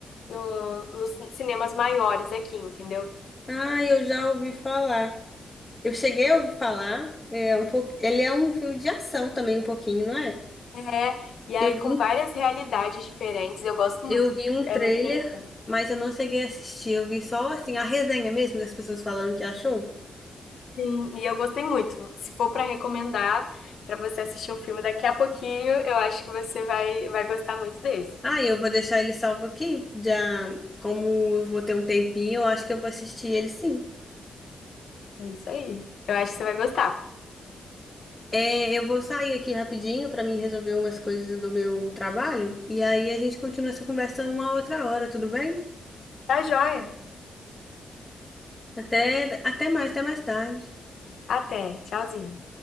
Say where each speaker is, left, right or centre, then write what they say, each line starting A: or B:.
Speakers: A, on the left (about 75°); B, on the left (about 20°).
A: no, nos cinemas maiores aqui, entendeu?
B: Ah, eu já ouvi falar. Eu cheguei a ouvir falar. É um pouco, ele é um filme de ação também, um pouquinho, não é?
A: É, e aí
B: Eu
A: com
B: vi, um-
A: várias realidades diferentes, eu gosto
B: eu
A: muito,
B: vi um trailer,
A: é muito interessante.
B: mas eu não cheguei a assistir. Eu vi só assim a resenha mesmo das pessoas falando que achou.
A: Sim, e eu gostei muito. Se for para recomendar para você assistir um filme daqui a pouquinho, eu acho que você vai, vai gostar muito desse.
B: Ah, eu vou deixar ele salvo aqui. Já, como eu vou ter um tempinho, eu acho que eu vou assistir ele sim.
A: É isso aí. Eu acho que você vai gostar.
B: É, eu vou sair aqui rapidinho para mim resolver umas coisas do meu trabalho e aí a gente continua essa conversa uma outra hora, tudo bem?
A: Tá joia?
B: Até, até mais, até mais tarde.
A: Até. Tchauzinho.